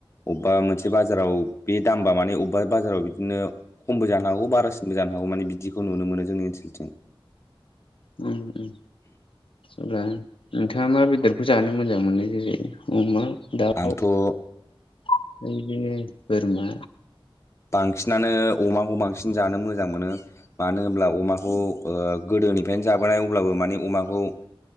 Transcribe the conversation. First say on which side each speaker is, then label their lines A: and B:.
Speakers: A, on the left; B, on the left.
A: अबेबा मोनसे बाजाराव बे दामबा माने अबेबा बाजाराव <unintelligible> बिदिनो खमबो जानो हागौ बारासिनबो जानो हागौ मानि बिदिखौ नुनो मोनो जोंनि ओनसोलथिं।
B: उम उम अब्ला नोंथाङा मा बेदरखौ जानो मोजां मोनो जेरै अमा दाउ
A: आंथ' ओ
B: <unintelligible> बिदिनो बोरमा
A: बांसिनानो अमाखौ बांसिन जानो मोजां मोनो। मानो होनब्ला अमाखौ गोदोनिफ्रायनो जाबोनाय अब्लाबो माने अमाखौ